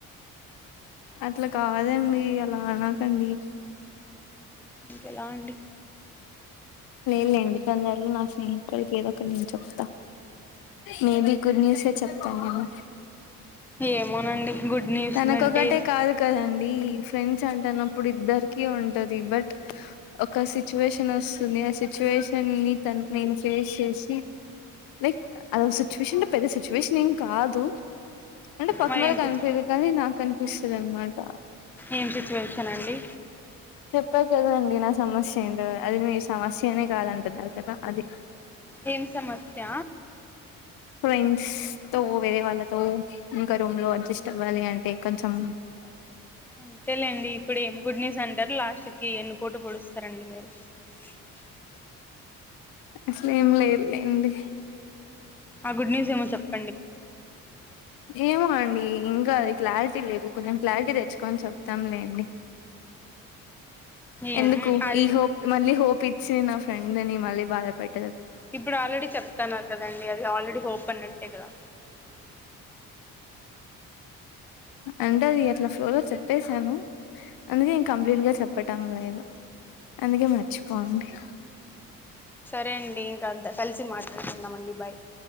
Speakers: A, on the left; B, in the centre.
A: అట్లా కాదండీ అలా అనకండీ
B: ఇంకెలా అండి
A: లేలేండి తొందర్లో నా స్నేహితుల్కి ఏదో ఒకటి నేను చెప్తా మే బి గుడ్ న్యూసే చెప్తానేమొ
B: ఏమోనండి గుడ్ న్యూస్లు
A: తనకొకటే
B: అంటే
A: కాదు కదండి ఫ్రెండ్స్ అంట అన్నం ఇప్పుడు ఇద్దరికి ఉంటది బట్ ఒక సిచ్యువేషన్ వస్తుంది ఆ సిచ్యువేషన్ ని త నేను చేసేసి లైక్ అద ఒక సిచ్యువేషన్ అంటే పెద్ద సిచ్యువేషన్ ఏం కాదు అంటే పక్క
B: మరి ఏం సిచ్యు
A: అనిపియ్యది కానీ నాకు అనిపిస్తుంది అనమాట
B: ఏం సిచ్యువేషన్ అండి
A: చెప్పాను కదండీ నా సమస్య అండ్ అది సమస్యనే కాదంటన్నారు కథ అది
B: ఏం సమస్య
A: ఫ్రెండ్స్ తో వేరే వాళ్ళతో ఇంకా రూమ్ లో అడ్జస్ట్ అవ్వాలి అంటే కొంచెం
B: అవునా అంతేలేండి ఇప్పుడు ఏం గుడ్ న్యూస్ అంటారు లాస్ట్ కి ఎన్నుపోటు పొడుస్తారండి మీరు పిల్లల సౌండ్
A: అసలే ఏం లేదు లేండి
B: ఆ గుడ్ న్యూస్ ఏమో చెప్పు
A: ఏమో అండి ఇంకా అది క్లారిటీ లేదు కొంచెం క్లారిటీ తెచ్చుకొని చెప్తాంలేండి
B: ఏం
A: ఎందుకు
B: అది
A: ఈ హోప్ మళ్ళీ హోప్ ఇచ్చిన నా ఫ్రెండ్ ని మళ్ళీ బాధపేట్
B: ఇప్పుడు ఆల్రెడీ చెప్తన్నారు కదండి అది ఆల్రెడీ హోప్ అన్నట్టే కదా
A: అంట అది అట్లా ఫ్లోలో చెప్పేసాను అందుకే ఇంక కంప్లీట్ గా చెప్పటం లేదు అందుకే మర్చిపోవండి
B: సరే అండి ఇంకా అంత కలిసి మాట్లాడుతుందమండి బాయ్